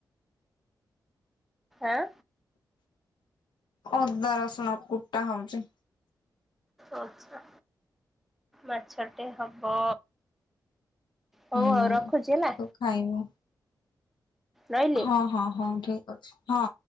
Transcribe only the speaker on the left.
ଅଦା ରସୁଣ କୁଟା ହଉଚି।
ହୁଁ
ତୁ ଖାଇବୁ
ହଁ- ହଁ -ହଁ ଠି ଅଛି, ହଁ।